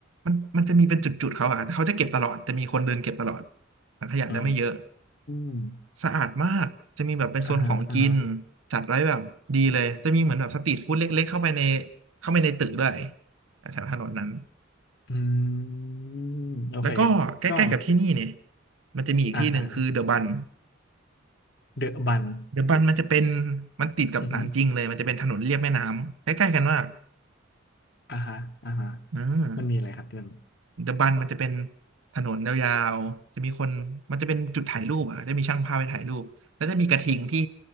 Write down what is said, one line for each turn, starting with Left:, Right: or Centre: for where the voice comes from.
Right: มันมันจะมีเป็นจุดๆเขาอะเขาจะเก็บตลอดจะมีคนเดินเก็บตลอดถังขยะจะไม่เยอะ
Left: อืม
Right: สะอาดมากจะมีแบบเป็นโซนของกิน
Left: อ่าฮะอ่าฮะ
Right: จัดไว้แบบดีเลยจะมีเหมือนแบบสตรีทฟู้ดเล็กๆเข้าไปในเข้าไปในตึกด้วยแถวถนนนั้น
Left: อืมโอเค
Right: แล้วก็ใกล้ๆกับที่นี่เนี่ย
Left: ก็
Right: มันจะมีอีกที่หนึ่งคือเดอะบัน
Left: อ่าอ่าเดอะบัน
Right: เดอะบันมันจะเป็นมันติดกับหนานจริงเลยมันจะเป็นถนนเลียบแม่น้ำใกล้ๆกันมาก
Left: อือฮึอ่าฮะอ่าฮะ
Right: อ่า
Left: มันมีอะไรครับที่มัน
Right: เดอะบันมันจะเป็นถนนยาวๆจะมีคนมันจะเป็นจุดถ่ายรูปอ่ะจะมีช่างภาพไปถ่ายรูปแล้วจะมีกระทิงที่